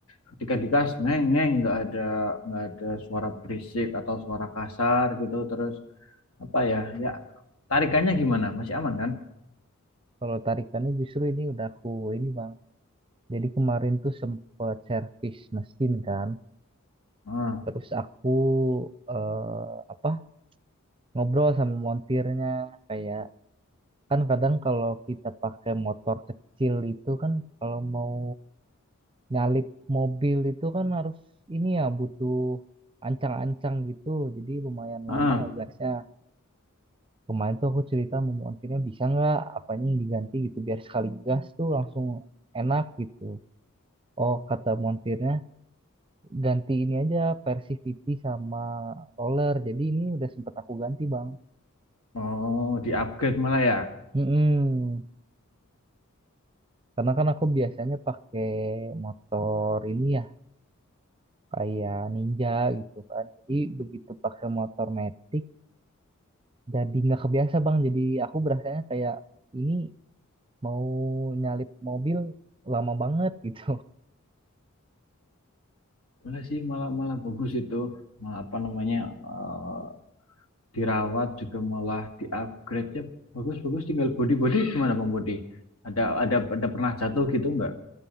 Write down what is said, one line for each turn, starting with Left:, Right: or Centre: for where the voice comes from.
Left: ketika digas neng neng nggak ada nggak ada suara berisik atau suara kasar gitu terus apa ya ya tarikannya gimana masih aman kan
Right: Kalau tarikannya justru ini udah aku ini bang. Jadi kemarin tuh sempet servis mesin kan.
Left: ah
Right: Terus aku eh, apa ngobrol sama montirnya kayak kan kadang kalau kita pakai motor kecil itu kan kalau mau nyalip mobil itu kan harus ini ya butuh ancang-ancang gitu jadi lumayan
Left: ah
Right: lama ngegasnya kemarin tuh aku cerita sama montirnya bisa nggak apanya yang diganti gitu biar sekali gas tuh langsung enak gitu oh kata montirnya ganti ini aja Persivity sama roller jadi ini udah sempet aku ganti bang
Left: Oh, di-upgrade malah ya.
Right: Mm-mm. karena kan aku biasanya pakai motor ini ya kayak Ninja gitu kan jadi begitu pakai motor metik jadi nggak kebiasa bang jadi aku berasanya kayak ini mau nyalip mobil lama banget gitu
Left: Boleh sih malah malah bagus itu. Malah apa namanya? eh, dirawat juga malah di-upgrade ya. Bagus-bagus tinggal body-body gimana Bang Body? Ada ada ada pernah jatuh gitu nggak?